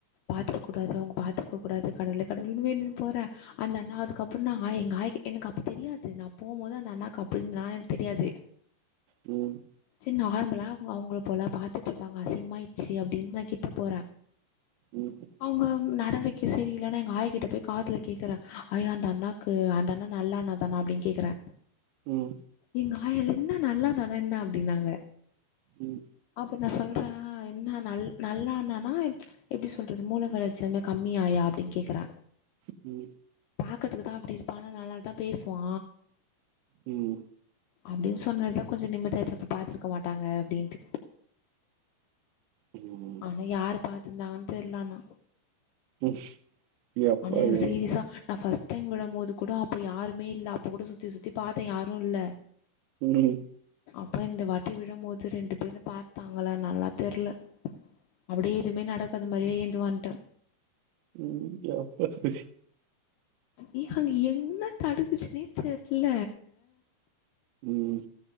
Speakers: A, on the left; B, on the right.
A: பாத்தரக்கூடாது அவுங்க பாத்துருக்கக்கூடாது கடவுளே கவுளேன் வேண்டினு போறே அந்த அண்ணா அதுக்கப்ற நா ஆயா எங்காயா கி எனக்கு அப்ப தெரியாது து நா போம்போது அந்த அண்ணாக்கு அப்டினு நா என்க் தெரியாது
B: ம்
A: சே நார்மலா அவுங் அவுங்குள் போல பாத்துட்ருப்பாங்க அசிங்மாயிட்ச்சி அப்டின் நா கிட்ட போறே
B: ம்
A: அவுங்க ம் நடவடிக்க சரியில்லனு எங்க ஆயா கிட்ட போய் காதுல கேக்கறே ஆயா அந்த அண்ணாக்கு அந்த அண்ணா நல்ல அண்ணா தானா அப்டின் கேக்கறே
B: ம்
A: எங்க ஆயால என்ன நல்ல அண்ணானா என்ன அப்டினாங்க
B: ம்
A: அப்ப நா சொல்றே என்ன நல் நல்ல அண்ணானா இப் எப்டி சொல்றது மூள வளர்ச்சி அந் மே கம்மியாயா அப்டின் கேக்கறே
B: ம்
A: பாக்கதுக்குதா அப்டி இருப்பா ஆனா நல்லதா பேசுவா
B: ம்
A: அப்டின் சொன்னதா கொஞ்ச நிம்மதியாச்சி அப்ப பாத்துருக்க மாட்டாங்க அப்டின்ட்டு
B: ம்
A: ஆனா யாரு பாத்திந்தாங்கன் தெர்ல ஆனா
B: ம் எப்பவே
A: ஆனா எனக்கு சீரீசா நா ஃபஸ் தைம் விழபோது கூட அப்ப யாருமே இல்ல அப்ப கூட சுத்தி சுத்தி பாத்தே யாரு இல்ல
B: ம்
A: அப்பா இந்த வாட்டி விழும்போது ரெண்டு பேரு பாத்தாங்களா நல்லா தெர்ல அப்டியே எதுமே நடக்காது மாரி ஏந்து வன்ட்ட
B: ம் எஃபர்ட் பிஷ்
A: ஏ அங்க என்ன தடுத்துச்னே தெர்ல
B: ம்